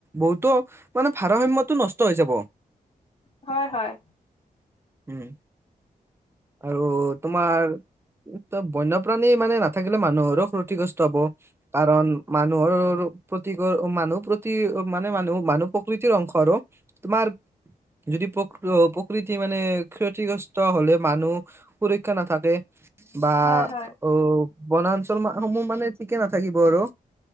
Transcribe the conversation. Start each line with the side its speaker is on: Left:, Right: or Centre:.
Right: বহুতো মানে ভাৰ য়তটো নষ্ট হৈ যাব।
Left: হয় হয়।
Right: উম আৰু তোমাৰ ত বন্যপ্ৰাণী মানে নাথাকিলে মানুহৰো ক্ষতিগ্ৰস্ত হব। কাৰণ মানুহৰ প্ৰতিকৰ মানুহ প্ৰতি মানে মানুহ মানুহ প্ৰকৃতিৰ অংশ আৰু, তোমাৰ যদি প্ৰ প্ৰকৃতি মানে ক্ষতিগ্ৰস্ত হলে মানুহ পুৰক্ষা নাথাকে বা
Left: হয় হয়
Right: অ বনাঞ্চল সমূহ মানে ঠিকে নাথাকিব আৰু।